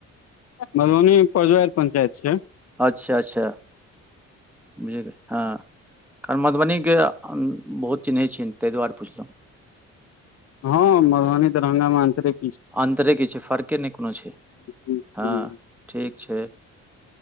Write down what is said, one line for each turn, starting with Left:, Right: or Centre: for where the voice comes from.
Left: मधुबनी पजवर पंचायत छैय।
Centre: अच्छा अच्छा बुझ हाँ क मधुबनीके बहुत चिन्हैत छिय तैहि दुआरे पुछलहुँ
Left: हाँ मधुबनी दरभङंगा मे आंतरिक
Centre: अन्तरे के छैय फर्के नहि कोनो छैय
Left: हूँ,
Centre: हाँ
Left: हूँ,
Centre: ठीक छैय।